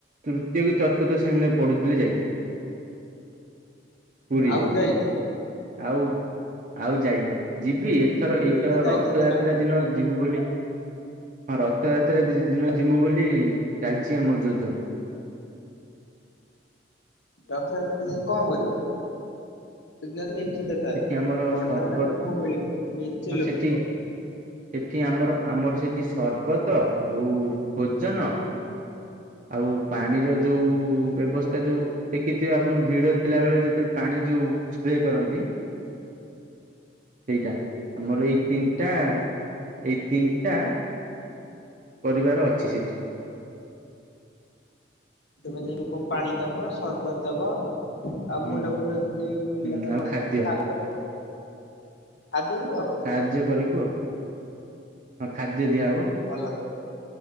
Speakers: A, on the right; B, on the left.
A: ତ୍ରୁ ୟ କି ଚତର୍ଥ ଶ୍ରେଣୀରେ ପଢ଼ୁଥିଲି ଯାଇଚି। ପୁରୀ
B: ଆଉ
A: ଯାଇଥିଲି
B: ଯାଇନ
A: ଆଉ ଆଉ ଯାଇନି ଯିବି ଏଥର
B: ତୁମେ
A: ଏଇଥର
B: ଏବେ ତ ଯାଇଥାନ୍ତ
A: ରଥଯାତ୍ରା
B: ନା
A: ଦିନ ଯିବୁ ବୋଲି ହଁ ରଥଯାତ୍ରା ଦି ଦିନ ଯିବୁ ବୋଲି ଚାଲିଚି ଆମ ଯୋଜନା।
B: ରଥଯାତ୍ରା ଯାଇ କଣ କରିବ <unintelligible> ଥାଏ
A: ସେଠି ଆମର
B: ବଡଦାଣ୍ଡରେ
A: ସର୍ବତ
B: ମୁଁ ମିଳି ମେଞ୍ଚେ
A: ହଁ
B: ଲୋକ
A: ସେଠି ସେଠି ଆମର ଆମର ସେଠି ସର୍ବତ ଆଉ ଭୋଜନ ଆଉ ପାଣିର ଯୋଉଁ ବ୍ୟବସ୍ଥା ଯୋଉ ଦେଖିଥିବେ ଆପଣ ଭିଡ଼ିଓ ଥିଲା ବେଳେ ଯେତେବେଳେ ପାଣି ଯୋଉ ସ୍ପ୍ରେ କରନ୍ତି। ଏଇଟା ଆମର ଏଇ ତିନଟା ଏଇ ତିନଟା ପରିବାର ଅଛି ସେ
B: ତମେ ଯାଇ ଲୋକଙ୍କୁ ପାଣି ଦବ ସର୍ବତ୍ ଦବ। ଆଉ
A: ହୁଁ
B: ମୁଣ୍ଡ ଫୁଣ୍ଡ ଟିକେ ବୁଲିଲା
A: ହୁଁ
B: ଟା
A: ଆଉ
B: ବସେଇକି
A: ଖାଦ୍ୟ
B: ସଡ କରିବ ଆଉ। ଖାଦ୍ୟ ବି ଦବ?
A: ସାହାଯ୍ୟ କରିବୁ ଆଉ ହଁ ଖାଦ୍ୟ ଦିଆହେବ।
B: ଯାହା ହଉ ଭଲ କଥା